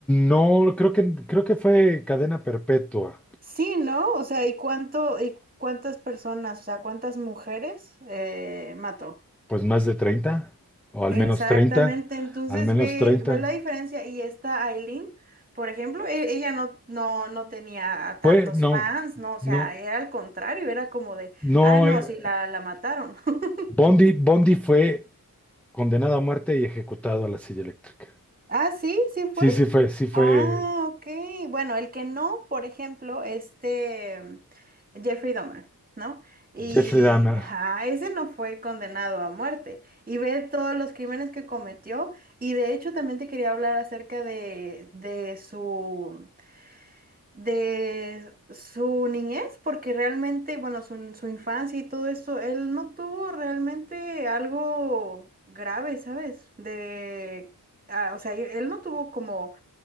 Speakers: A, in the centre; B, on the right.
A: No, creo que, creo que fue cadena perpetua,
B: Sí, ¿no? O sea, ¿y cuánto, y cuántas personas, o sea, cuántas mujeres eh, mató?
A: pues más de 30 o al
B: Exactamente,
A: menos 30,
B: entonces
A: al menos
B: ve,
A: 30.
B: ve la diferencia y esta Aileen, por ejemplo, e- ella no, no, no tenía
A: Fue,
B: tantos
A: no,
B: fans, ¿no? O sea,
A: no,
B: era al contrario, era como de,
A: no,
B: ah, no,
A: eh,
B: sí, la, la mataron. <laughs>
A: Bondi, Bondi fue condenado a muerte y ejecutado a la silla eléctrica.
B: Ah, sí, sí fue.
A: Sí, sí fue, sí fue
B: Ah, ok. Bueno, el que no, por ejemplo, este mm, Jeffrey Dahmer, ¿no? Y
A: Jeffrey Dahmer,
B: ajá, ese no fue condenado a muerte. Y ve todos los crímenes que cometió. Y de hecho también te quería hablar acerca de, de su de su niñez, porque realmente, bueno, su, su infancia y todo eso, él no tuvo realmente algo grave, ¿sabes? De, ah, o sea, él no tuvo como